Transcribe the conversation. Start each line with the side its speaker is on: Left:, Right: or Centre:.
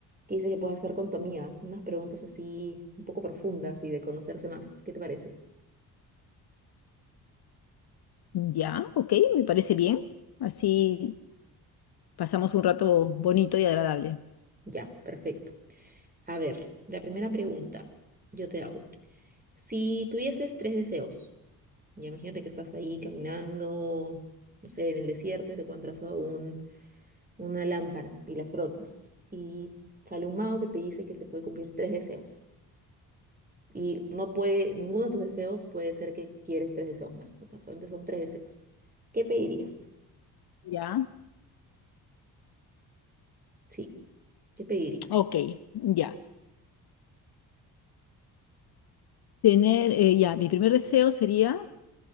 Right: que dice que puedo hacer con tu amiga, unas preguntas así un poco profundas y de conocerse más. ¿Qué te parece?
Left: Ya, ok, me parece bien. Así pasamos un rato bonito y agradable.
Right: Ya, perfecto. A ver, la primera pregunta yo te hago. Si tuvieses tres deseos, ya imagínate que estás ahí caminando, no sé, en el desierto y te encuentras a un una lámpara y la frotas y sale un mago que te dice que te puede cumplir tres deseos. Y no puede, ninguno de tus deseos puede ser que quieres tres deseos más. O sea, solamente son tres deseos. ¿Qué pedirías?
Left: Ya,
Right: Sí, ¿qué pedirías?
Left: ok, ya. Tener, eh, ya, mi primer deseo sería